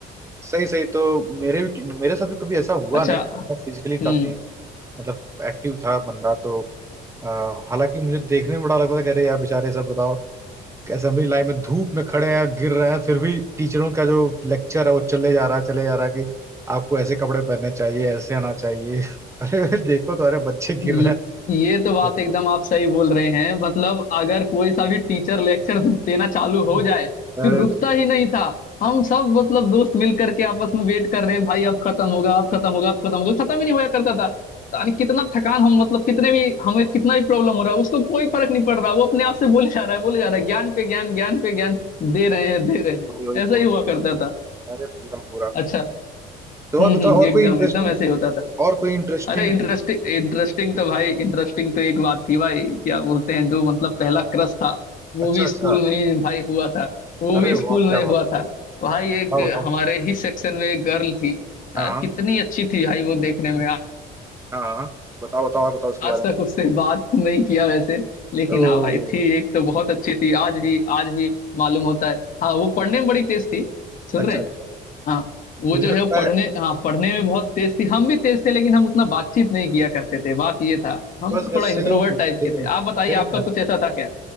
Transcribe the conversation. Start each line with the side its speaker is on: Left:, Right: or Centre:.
Right: सही सही तो मेरे भी मेरे साथ भी कभी ऐसा हुआ
Left: अच्छा
Right: नहीं फिजिकली काफी
Left: हम्म
Right: मतलब एक्टिव था बंदा तो अ, हालांकि मुझे देखने में बड़ा लगता था कि अरे यार बेचारे सब बताओ असेंबली लाइन में धूप में खड़े हैं गिर रहे हैं फिर भी टीचरों का जो लेक्चर है वो चले जा रहा है चले जा रहा है कि आपको ऐसे कपड़े पहनने चाहिए ऐसे आना चाहिए <laughs> अरे देखो तो अरे बच्चे गिर
Left: ये,
Right: रहे
Left: ये तो बात
Right: हैं
Left: एकदम आप सही बोल रहे हैं मतलब अगर कोई सा भी टीचर लेक्चर देना चालू
Right: <laughs>
Left: हो जाए फिर
Right: अरे
Left: रुकता
Right: तो
Left: ही नहीं था हम सब मतलब दोस्त मिल करके आपस में वेट कर रहे हैं भाई अब खत्म होगा अब खत्म होगा अब खत्म होगा खत्म ही नहीं होया करता था यानी कितना थकान हम मतलब कितने भी हमें कितना भी प्रॉब्लम हो रहा है उसको कोई फर्क नहीं पड़ रहा वो अपने आप से बोले जा रहा है बोले जा रहा है ज्ञान पे ज्ञान ज्ञान पे ज्ञान दे रहे हैं दे रहे हैं
Right: वही वही
Left: ऐसा
Right: तो
Left: ही हुआ करता था
Right: अरे पूरा पूरा
Left: अच्छा
Right: तो
Left: हम्म
Right: और बताओ
Left: हम्म
Right: और
Left: एकदम
Right: कोई इंटरेस्टिंग
Left: एकदम ऐसे ही होता था
Right: और कोई इंटरेस्टिंग
Left: अरे इंटरेस्टिंग इंटरेस्टिंग तो भाई इंटरेस्टिंग तो एक बात थी भाई क्या बोलते हैं जो मतलब पहला क्रश था वो
Right: अच्छा
Left: भी
Right: अच्छा
Left: स्कूल में ही भाई हुआ था वो
Right: अरे
Left: भी स्कूल
Right: वाह क्या
Left: में हुआ
Right: बात
Left: था भाई एक
Right: बताओ
Left: हमारे ही सेक्शन में एक गर्ल थी यार
Right: हाँ हाँ
Left: कितनी अच्छी थी भाई वो देखने में आ-
Right: हाँ हाँ बताओ बताओ और बताओ उसके
Left: आज
Right: बारे में
Left: तक उससे बात नहीं किया वैसे लेकिन
Right: ओ
Left: हाँ भाई थी एक तो बहुत अच्छी थी आज भी आज भी मालूम होता है हाँ वो पढ़ने में बड़ी तेज थी सुन
Right: अच्छा
Left: रहे हैं हाँ वो
Right: मुझे
Left: जो
Right: लगता
Left: है वो पढ़ने
Right: है
Left: हाँ पढ़ने में बहुत तेज थी हम भी तेज थे लेकिन हम उतना बातचीत नहीं किया करते थे बात ये था हम
Right: बस बस
Left: थोड़ा इंट्रोवर्ट
Right: सेम सेम
Left: टाइप के थे आप बताइए
Right: सेम
Left: आपका कुछ ऐसा था क्या